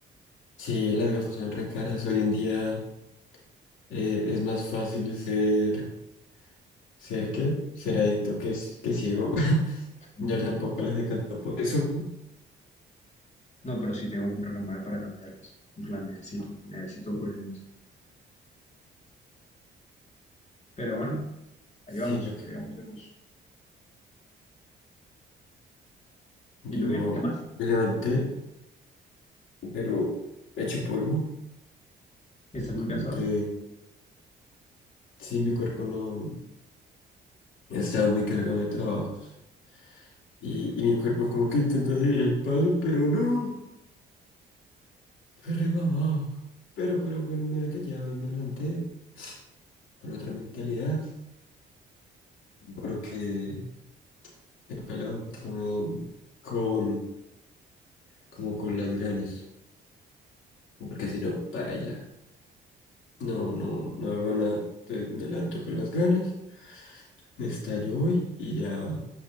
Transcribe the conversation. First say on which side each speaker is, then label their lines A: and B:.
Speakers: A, on the left; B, on the left.
A: Sí, las gafas son re caras. Hoy en día eh, es más fácil ser. ¿Ser qué? Ser adicto que, s- que ciego. <laughs>
B: <laughs>
A: Yo tampoco las he cantado por eso.
B: No, pero sí tengo que programar para cambiarlas. Pues las necesito, necesito urgente. Pero bueno,
A: Sí,
B: ahí vamos,
A: porque.
B: ahí vamos, ahí vamos.
A: Yo
B: ¿Y tú qué? ¿Qué más?
A: me levanté, pero hecho polvo.
B: ¿Estás muy
A: Como
B: cansado?
A: que sí, mi cuerpo no no estaba muy cargado de trabajos. Y, y mi cuerpo como que intenta seguir el paso, pero no. Yo remamado. Pero, pero, pero mira que ya hoy me levanté con otra mentalidad. Porque me toca levantarme con, como con las ganas. Porque si no, baila. No, no, no hago nada. Entonces me levanto con las ganas. Me estallo hoy y ya